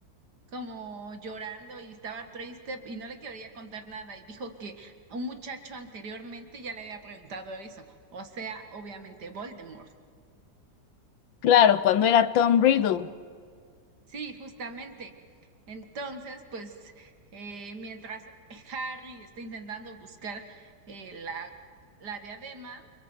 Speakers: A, on the right; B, on the left.
A: como llorando y estaba triste y no le quería contar nada y dijo que un muchacho anteriormente ya le había preguntado eso, o sea, obviamente Voldemort.
B: Claro, cuando era Tom Riddle.
A: Sí, justamente. Entonces, pues, eh, mientras Harry está intentando buscar eh, la, la diadema,